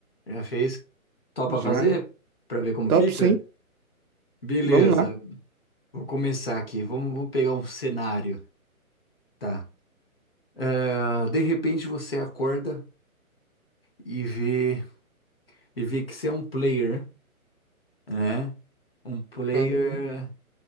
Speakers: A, on the left (about 45°); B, on the right (about 80°).
A: Já fez? Topa
B: Já.
A: fazer para ver como
B: Top,
A: fica?
B: sim.
A: Beleza,
B: Vamos lá.
A: vou começar aqui. Vamos, vamos pegar um cenário, tá? Ah, de repente você acorda e vê e vê que você é um player, né? Um player
B: Uhum.